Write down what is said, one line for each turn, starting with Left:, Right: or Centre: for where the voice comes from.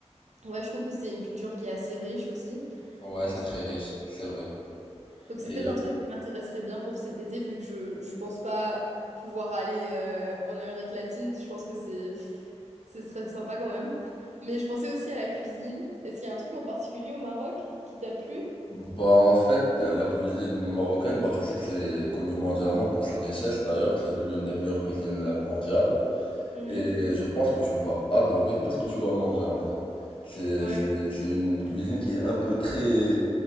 Right: ouais, je trouve que c'est une culture qui est assez riche aussi,
Left: Ouais,
Right: donc
Left: c'est très riche, c'est vrai.
Right: donc c'est
Left: Et
Right: peut-être un truc qui m'intéresserait bien pour cet été, vu que je je pense pas pouvoir aller euh, en Amérique latine. Je pense que c'est ce serait sympa quand même. Mais je pensais aussi à la cuisine. Est-ce qu'il y a un truc en particulier au Maroc qui t'a plu?
Left: bah en fait, la cuisine marocaine, bah tu sais que c'est connu mondialement pour sa richesse. D'ailleurs, c'est l'une des meilleures cuisines
Right: Non.
Left: euh, mondiales.
Right: Mhm.
Left: Et je pense que tu vas adorer tout ce que tu vas manger en fait. C'est,
Right: Ouais.
Left: c'est, c'est une cuisine qui est un peu très...